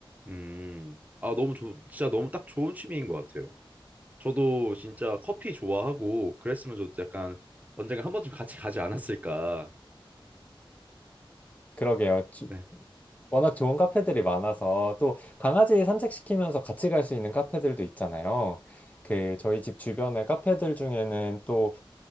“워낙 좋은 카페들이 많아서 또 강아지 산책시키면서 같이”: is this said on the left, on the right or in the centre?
Left